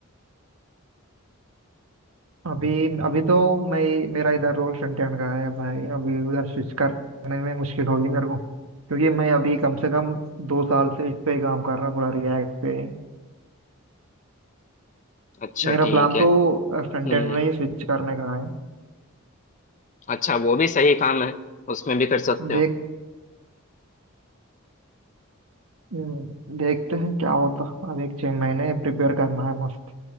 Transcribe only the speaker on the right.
अभी अभी तो मैं मेरा इधर रोल फ्रंट एंड का है भाई अभी उधर स्विच करने में मुश्किल होगी मेरे को क्योंकि मैं अभी कम से कम दो साल से इस पे काम कर रहा पूरा रिएक्ट पे
मेरा
प्लान
तो फ्रंट
एंड में ही स्विच करने का है
देख हम्म, देखते हैं क्या होता अब एक छह महीने प्रिपेयर करना है मस्त